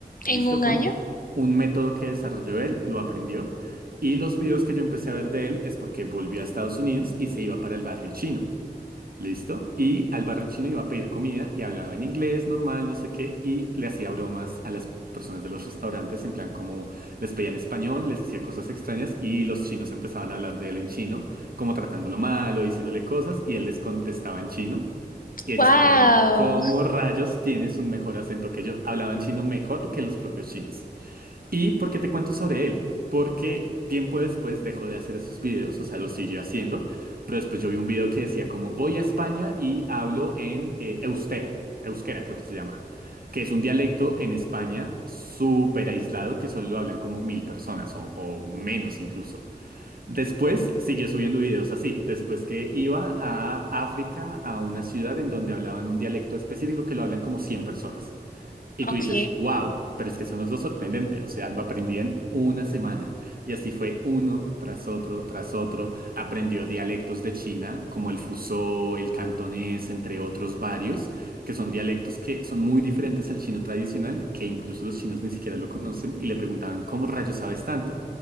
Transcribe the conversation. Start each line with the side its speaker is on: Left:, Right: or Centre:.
Right: ¿Listo?
Left: En un
Right: Con
Left: año.
Right: un método que desarrolló él, lo aprendió. Y los videos que yo empecé a ver de él es porque volvió a Estados Unidos y se iba para el barrio chino. ¿Listo? Y al barrio chino iba a pedir comida y hablaba en inglés normal, no sé qué, y le hacía bromas a las personas de los restaurantes, en plan como les pedía en español, les decía cosas extrañas y los chinos empezaban a hablar de él en chino, como tratándolo mal o diciéndole cosas, y él les contestaba en chino. Y ellos
Left: Wow.
Right: quedaban como, ¿cómo rayos tienes un mejor acento que yo? Hablaban chino mejor que los propios chinos. ¿Y por qué te cuento sobre él? Porque tiempo después dejó de hacer esos videos, o sea, los siguió haciendo, pero después yo vi un video que decía como voy a España y hablo en eh, Eustera, Euskera creo que se llama, que es un dialecto en España súper aislado que solo lo hablan como mil personas o, o menos incluso. Después siguió subiendo videos así, después que iba a África, a una ciudad en donde hablaban un dialecto específico que lo hablan como 100 personas. Y tú
Left: Ok.
Right: dices, wow, pero es que son los dos sorprendentes. O sea, lo aprendí en una semana. Y así fue uno tras otro, tras otro. Aprendió dialectos de China, como el fusó, el cantonés, entre otros varios, que son dialectos que son muy diferentes al chino tradicional, que incluso los chinos ni siquiera lo conocen y le preguntaban, ¿cómo rayos sabes tanto?